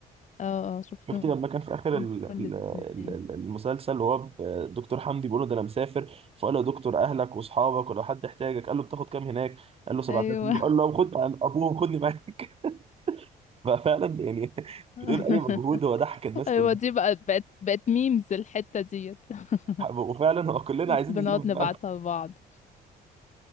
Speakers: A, on the left (about 45°); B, on the right (about 35°).
A: اه اه شفتهم
B: شفتي لما كان في اخر ال- ال-
A: الاتنين
B: ال- ال- المسلسل وهو ب- دكتور حمدي بيقول له ده انا مسافر فقال له يا دكتور اهلك واصحابك ولو حد احتاجك قال له بتاخد كام هناك قال له 7000
A: ايوه
B: يورو قال له خد عن ابوه خدني معاك <laughs> ففعلا يعني
A: <laughs>
B: بدون اي مجهود هو ضحك الناس
A: ايوه
B: كلها
A: دي بقى بقت بقت ميمز الحتة ديت <laughs>
B: وفعلا هو كلنا عايزين
A: بنقعد
B: نسافر
A: نبعتها
B: فعلا
A: لبعض